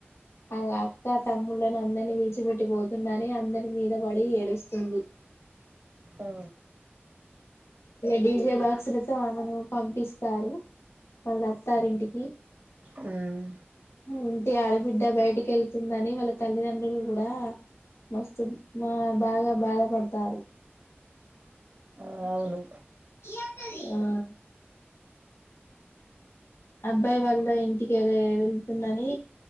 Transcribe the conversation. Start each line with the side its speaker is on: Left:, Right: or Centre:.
Left: ఆ అక్క తమ్ముళ్ళని అందరినీ విడిచిపెట్టి పోతున్నానే అందరి మీద పడి ఏడుస్తుంది
Right: ఆ!
Left: డీజే బాక్స్ లతో పంపిస్తారు వాళ్ళ అత్తారింటికి
Right: హ్మ్మ్
Left: ఇంటి ఆడబిడ్డ బయటికి వెళ్తుందని వాళ్ళ తల్లిదండ్రులు కూడా మస్తు మా బాగా బాధపడతారు
Right: ఆ అవును.
Left: ఆ అబ్బాయి వాళ్ళ ఇంటికి ఏదో వెళ్తుందని